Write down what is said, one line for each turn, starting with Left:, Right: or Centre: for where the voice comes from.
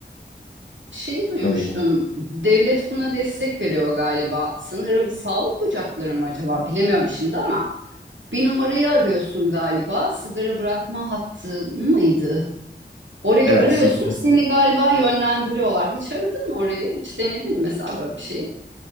Right: şeyi duymuştum.
Left: Ee,
Right: Devlet buna destek veriyor galiba. Sanırım sağlık ocakları mı acaba? Bilemiyorum şimdi ama bir numarayı arıyorsun galiba. Sigara bırakma hattı mıydı? Orayı
Left: Evet.
Right: arıyorsun,
Left: sig-
Right: seni galiba yönlendiriyorlar. Hiç aradın mı orayı? Hiç denedin mi mesela böyle bir şeyi?